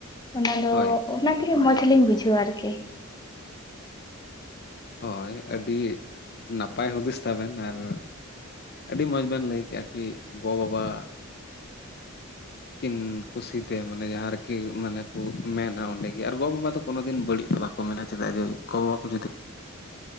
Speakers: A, on the left; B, on the left.
A: ᱚᱱᱟ ᱫᱚ
B: ᱦᱳᱭ
A: ᱚᱱᱟ ᱛᱮᱜᱮ ᱢᱚᱸᱡᱽ ᱞᱤᱧ ᱵᱩᱡᱷᱟᱹᱣᱟ ᱟᱨᱠᱤ᱾
B: ᱦᱳᱭ ᱟᱹᱰᱤ ᱱᱟᱯᱟᱭ ᱦᱩᱫᱤᱥ ᱛᱟᱵᱮᱱ, ᱟᱨ ᱟᱹᱰᱤ ᱢᱚᱸᱡᱽ ᱵᱮᱱ ᱞᱟᱹᱭ ᱠᱮᱜᱼᱟ ᱠᱤ ᱜᱚ ᱵᱟᱵᱟ᱾ ᱠᱤᱱ ᱠᱩᱥᱤᱛᱮ ᱢᱟᱱᱮ ᱡᱟᱦᱟᱸ ᱨᱮᱠᱤ ᱢᱟᱱᱮ ᱠᱚ ᱢᱮᱱᱟ ᱚᱸᱰᱮᱜᱮ ᱟᱨ ᱜᱚᱼᱵᱟᱵᱟ ᱫᱚ ᱠᱳᱱᱳ ᱫᱤᱱ ᱵᱟᱹᱲᱤᱡ ᱫᱚ ᱵᱟᱠᱚ ᱢᱮᱱᱟ ᱪᱮᱫᱟᱜ ᱡᱮ ᱜᱚᱼᱵᱟ ᱠᱚ ᱡᱩᱫᱤ
A: <inaudible>